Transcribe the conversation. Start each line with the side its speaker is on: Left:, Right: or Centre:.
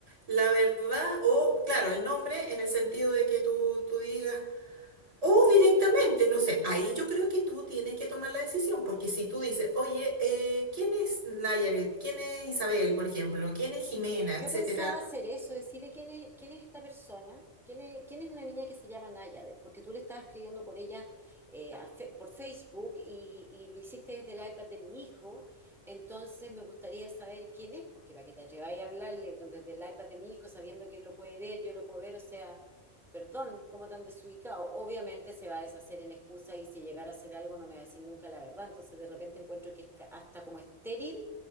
Right: la verdad, o claro, el nombre en el sentido de que tú, tú digas, o directamente, no sé, ahí yo creo que tú tienes que tomar la decisión, porque si tú dices, oye, eh, ¿quién es Nayaret? ¿Quién es Isabel, por ejemplo? ¿Quién es Jimena? Etcétera.
Centre: Yo pensaba hacer eso, decirle quién es, quién es esta persona, quién es, quién es una niña que se llama Nayadet, porque tú le estabas escribiendo por ella eh, a fe- por Facebook y, y lo hiciste desde el iPad de mi hijo, entonces me gustaría saber quién es, porque para que te atreváis a hablarle desde el iPad de mi hijo sabiendo que él lo puede ver, yo lo puedo ver, o sea, perdón, cómo tan desubicado. Obviamente se va a deshacer en excusa y si llegara a hacer algo no me va a decir nunca la verdad, entonces de repente encuentro que es ca- hasta como estéril